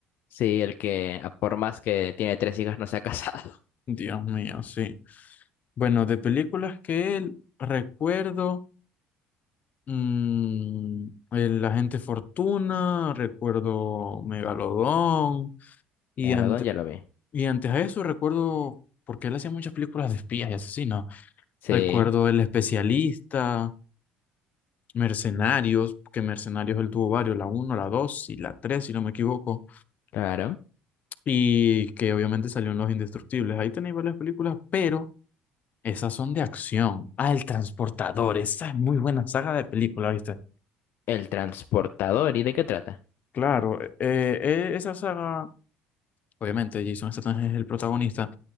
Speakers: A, on the left; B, on the left.
A: Sí, el que a por más que tiene tres hijas no se ha casado.
B: Dios mío, sí. Bueno, de películas que él recuerdo. mm, el Agente Fortuna, recuerdo Megalodón.
A: <laughs>
B: Y,
A: Megalodón
B: ante-
A: ya lo vi.
B: y antes a eso recuerdo. Porque él hacía muchas películas de espías y asesinos.
A: Sí,
B: Recuerdo El Especialista, Mercenarios, que Mercenarios él tuvo varios, la uno la 2 y la 3 si no me equivoco.
A: claro.
B: Y que obviamente salió en Los Indestructibles. Ahí tenéis varias películas, pero esas son de acción. Ah, El Transportador. Esa es muy buena saga de película, ¿viste?
A: El transportador, ¿y de qué trata?
B: Claro, eh, eh, esa saga, obviamente Jason Statham es el protagonista